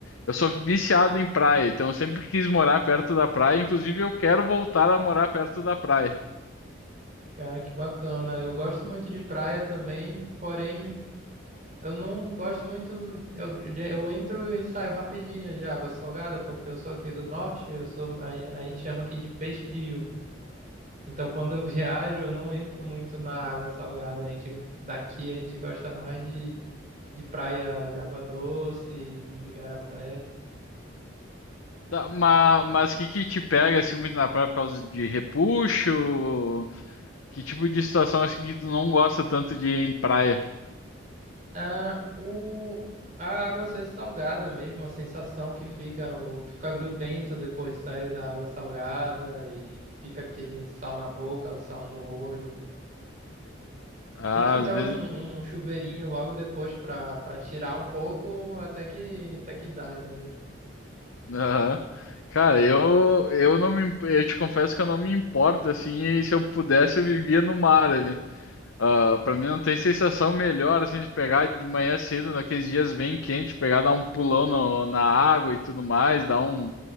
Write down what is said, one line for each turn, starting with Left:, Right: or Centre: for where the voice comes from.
Left: eu sou viciado em praia, então eu sempre quis morar perto da praia. Inclusive, eu quero voltar a morar perto da praia.
Right: Cara, que bacana. Eu gosto muito de praia também, porém Eu não gosto muito. Eu, eu entro e saio rapidinho de água salgada, porque eu sou aqui do norte, eu sou, a, a gente chama aqui de peixe de rio. Então, quando eu <laughs> viajo, eu não entro muito na água salgada. A gente, daqui a gente gosta mais de, de praia de água doce, de igarapé.
Left: Tá, ma- mas que que te pega assim muito na praia por causa de repuxo? Que tipo de situação assim que tu não gosta tanto de ir em praia?
Right: Ah, o, a água ser salgada mesmo, a sensação que fica, o, tu fica grudento depois de sair da água salgada e fica aquele sal na boca, o sal no olho.
Left: Ah,
Right: Se tiver
Left: Às vezes
Right: um, um chuveirinho logo depois pra, pra tirar um pouco, até que, até que dá, entendeu?
Left: Aham. Cara, eu, eu não me, imp- eu te confesso que eu não me importo assim, e se eu pudesse eu vivia no mar ali. Ah, para mim não tem sensação melhor assim de pegar de manhã cedo, naqueles dias bem quentes, pegar dar um pulão no- na água e tudo mais, dar um